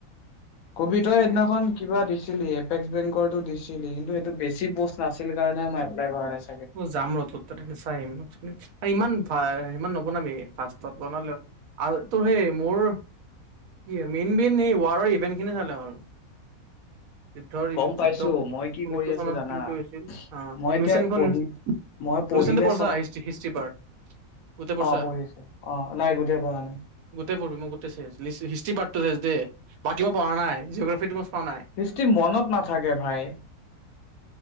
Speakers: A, on the left; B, on the right.
A: কবি তই সদিনাখন কিবা দিছে। ছিলি এপেস্ক বেংকৰতো দিছিলি? সেইটো বেছি পোষ্ট নাছিলে। <unintelligible>
B: উ, যাম ৰ, তোৰ তাতে গে চাই আহিম নোটচ খিনি। ইমান ভা সিমান নবনাবি ফাৰ্ষ্টত বনালেও আৰু তোৰ হেই মোৰ কি, মেইন, মেইন এই ৱাৰৰ ইভেন্ট খিনি চালে হ'ল। যুদ্ধৰ,
A: গম পাইছো
B: যুদ্ধ কোনটো
A: মই কি কৰি আছো
B: চনত
A: জানা
B: কিন্তু হৈছিল আহ,
A: মই এতিয়া
B: লুচেনখন
A: পঢ়ি মই পঢ়িলে
B: লুচেনটো পঢ়ছা
A: চব,
B: হিষ্ট্ৰী হিষ্ট্ৰী পাৰ্ট গোটেই পঢ়ছা
A: অ', পঢ়িছো অ', নাই গোটেই পঢ়া নাই।
B: গোটেই পঢ়িবি মো <unintelligible> হিষ্ট্ৰী পাৰ্ট <unintelligible> বাকী মই পঢ়া নাই জগ্ৰাফিটো মই চোৱা নাই
A: হিষ্ট্ৰি মনত নাথাকে ভাই